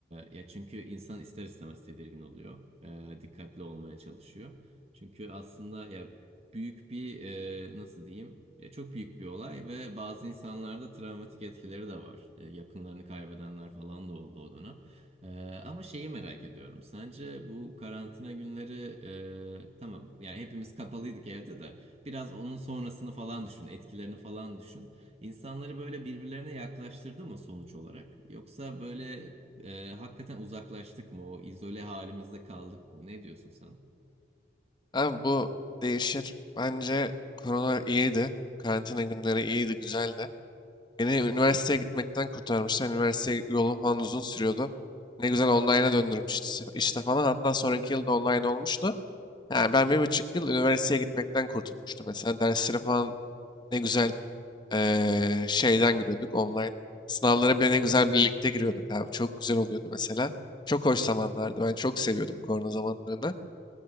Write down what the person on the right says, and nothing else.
ya çünkü insan ister istemez tedirgin oluyor. Ee, dikkatli olmaya çalışıyor. Çünkü aslında ya büyük bir e, nasıl diyeyim? Ya çok büyük bir olay ve bazı insanlarda travmatik etkileri de var. E, yakınlarını kaybedenler falan da oldu o dönem. Ee, ama şeyi merak ediyorum. Sence bu karantina günleri e, tamam yani hepimiz kapalıydık evde de. Biraz onun sonrasını falan düşün, etkilerini falan düşün. İnsanları böyle birbirlerine yaklaştırdı mı sonuç olarak? Yoksa böyle e, hakikaten uzaklaştık mı? O izole halimizde kaldık mı? Ne diyorsun sen?